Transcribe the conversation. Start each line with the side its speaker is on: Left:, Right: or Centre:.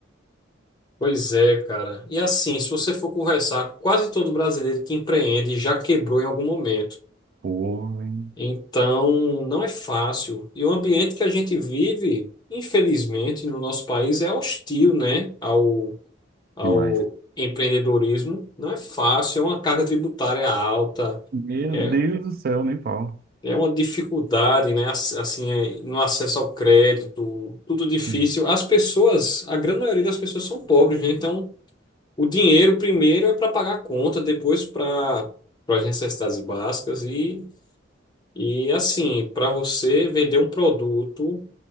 Left: pois é, cara. E assim, se você for conversar, quase todo brasileiro que empreende já quebrou em algum momento.
Right: Pô, hein?
Left: Então, não é fácil. E o ambiente que a gente vive, infelizmente, no nosso país é hostil, né, ao, ao
Right: Demais.
Left: empreendedorismo. Não é fácil, é uma carga tributária alta.
Right: Meu
Left: É,
Right: Deus do céu, nem fala.
Left: É uma dificuldade, né? ass- Assim, é, no acesso ao crédito, tudo difícil.
Right: Sim,
Left: As pessoas, a grande maioria das pessoas são pobres, né? Então, o dinheiro primeiro é para pagar a conta, depois para para as necessidades básicas e e assim, para você vender um produto,